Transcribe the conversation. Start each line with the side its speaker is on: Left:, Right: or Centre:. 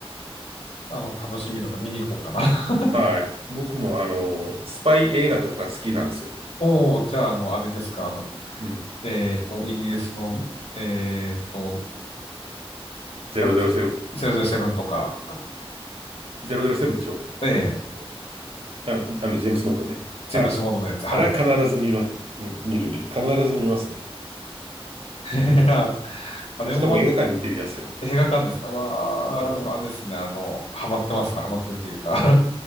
Left: あの、楽しみだな。見に行こうかな。<laughs>
Right: はい。僕も、あの、スパイ映画とか好きなんですよ。
Left: おお、じゃあ、あの、あれですか。あの、
Right: うん。
Left: えっと、イギリスの、えっと、
Right: 007。
Left: あ007とか、
Right: ゼロゼロセブンでしょ
Left: ええ。
Right: あの、あのジェームス・ボンドね。
Left: チームスモードのやつ、
Right: はい。
Left: はい。
Right: あれは必ず見ま、うん見る見る。必ず見ますね。
Left: <laughs> ああれもま
Right: しかも映画館に行ってみますよ。
Left: 映画館ですかわー、
Right: うん。
Left: あれですね、あの、ハマってますね、ハマってるというか